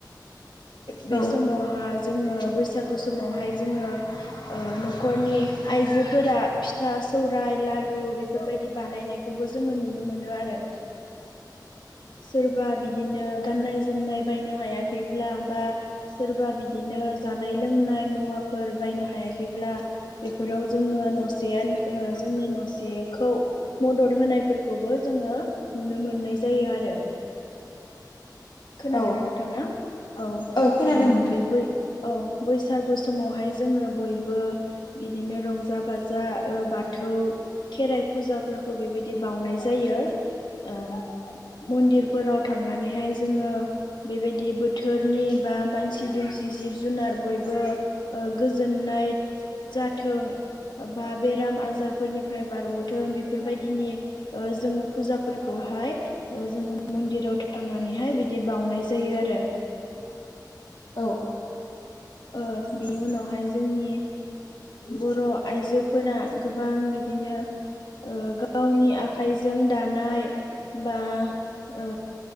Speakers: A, on the left; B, on the left.
A: बे
B: औ
A: समावहा जोङो बैसा बैसागु समावहाय जोङो न'खरनि आइजोफोरा फिथा सौराय लारु बेफोरबायदि बानायनायखौबो जोङो नुनो मोनो। नो मोनो आरो सोरबा बिदिनो गाननाय जोमनाय बायनो हायाखैब्ला बा सोरबा बिदिनो जानाय लोंनाय मुवाफोर बायनो हाया। बिदिब्ला इफोराव जोङो नसेया जोंनि नसेखौ मदद होनो नायफोरखौबो जोङो नुनो मोननाय जायो आरो। खोनादोंना
B: औ
A: नोंथाङा औ
B: खोनादों नोंथां
A: बे औ बैसागु समावहाय जोङो बयबो बिदिनो रंजा बाजा बाथौ खेराइ फुजाफोरखौ बेबायदि बाउनाय जायो ओ। मन्दिरफोराव थांनानैहाय जोङो बेबायदि बोथोरनि बा मानसि दुमसि सि जिब जुनार बयबो गोजोननाय जाथों बा बेराम आजारफोरनिफ्राय बारग'थों बेफोरबायदिनि जोङो फुजाफोरखौहाय जोङो मन्दिराव थांनानैहाय बिदि बाउनाय जायो आरो।
B: औ
A: आ बिनि उनावहाय जोंनि बर' आइजोफोरा गोबां बिदिनो गावनि आखाइजों दानाय बा ओ